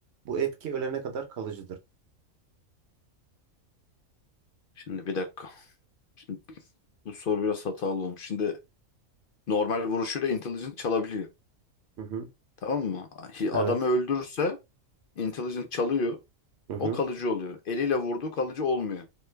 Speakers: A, on the right; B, on the left.
A: bu etki ölene kadar kalıcıdır.
B: Şimdi bir dakika. Şimdi bu soru biraz hatalı olmuş. Şimdi normal vuruşuyla intelligent çalabiliyor.
A: Hı hı.
B: Tamam mı? Hi-
A: Evet.
B: Adamı öldürürse intelligent çalıyor.
A: Hı hı.
B: O kalıcı oluyor. Eliyle vurdu, kalıcı olmuyor.